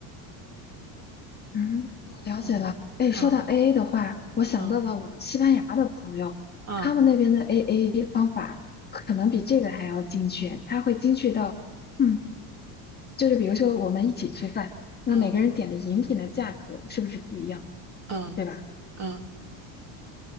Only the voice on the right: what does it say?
嗯嗯
嗯嗯
嗯嗯
嗯